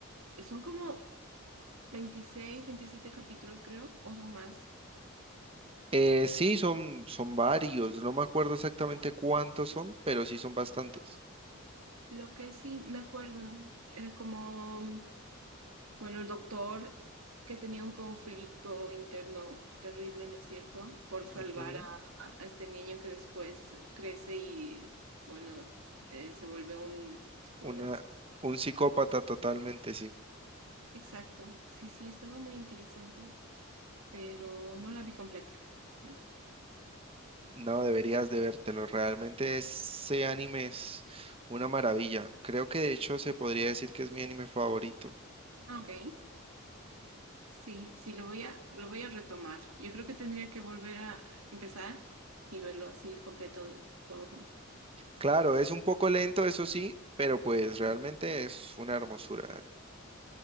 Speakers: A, on the right; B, on the right.
A: son como veintiséis veintisiete capítulos, creo, o son más.
B: Eh, sí, son, son varios. No me acuerdo exactamente cuántos son, pero sí son bastantes.
A: Lo que sí me acuerdo era como, bueno, el doctor que tenía un conflicto interno terrible, ¿no es cierto? Por salvar
B: Ujú,
A: a, a- a este niño que después crece y, bueno, eh, se vuelve un, un
B: Una, un psicópata totalmente, sí.
A: Exacto, sí, sí, estaba muy interesante, pero no la vi completa, la verdad.
B: No, deberías de vértelo. Realmente ese anime es una maravilla. Creo que de hecho se podría decir que es mi anime favorito.
A: Ok, sí, sí, lo voy a, lo voy a retomar. Yo creo que tendría que volver a empezar y verlo así completo, todo junto.
B: Claro, es un poco lento, eso sí, pero pues realmente es una hermosura de anime.